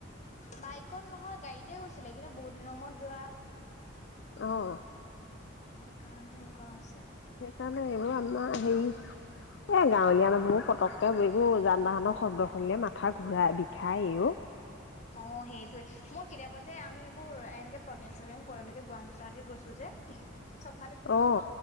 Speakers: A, on the left; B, on the left.
A: বাইকত নহয় গাড়ীতে গৈছিলে, কিন্তু বহুত দিনৰ মূৰত যোৱা।
B: অহ।
A: সেইকাৰণে তেনেকুৱা হৈছে।
B: সেইকাৰণে এইবোৰ আমাৰ হেৰি এ গাঁৱলীয়া মানুহবোৰ পতককে এইবোৰব যান বাহন। শব্দ শুনিলে মাথা ঘূৰা বিষায় এ ও।
A: অ, সেইটোয়ে মই কেতিয়াবা যে আমি এইবোৰ এনেকে প্ৰগ্ৰেম চগ্ৰেম কৰি মেলি গুৱাহাটী চোৱাহাতি গৈছো যে। চবফালে ঘূৰিছো
B: অ
A: ন